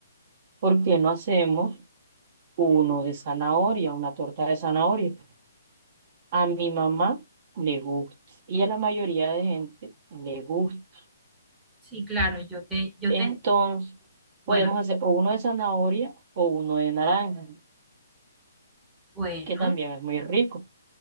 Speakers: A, on the right; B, in the centre.
A: ¿por qué no hacemos uno de zanahoria, una torta de zanahoria? A mi mamá le gusta y a la mayoría de gente le gusta.
B: Sí, claro, yo te, yo
A: Entonces,
B: te, bueno,
A: podemos hacer o uno de zanahoria o uno de naranja,
B: bueno.
A: que también es muy rico.